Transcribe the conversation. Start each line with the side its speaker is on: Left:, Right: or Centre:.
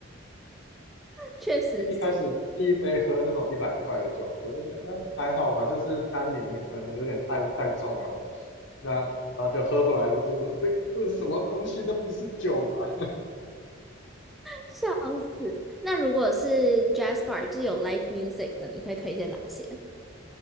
Centre: 确实是，
Left: <laughs> 一一开始第一杯喝那种一百块的酒，我就觉得，嗯，还好吧，就是单宁可能有点太太重了，那然后就喝回来都是说，这这是什么东西，这不是酒吧？
Centre: 笑死。那如果是 jazz bar，就是有 live music 的，你会推荐哪些？